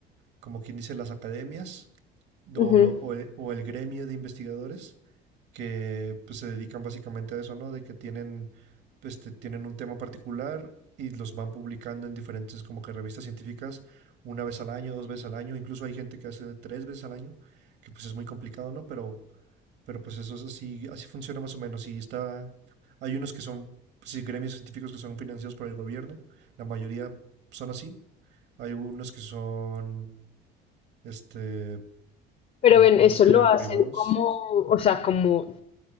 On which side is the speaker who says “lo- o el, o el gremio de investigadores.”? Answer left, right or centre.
Right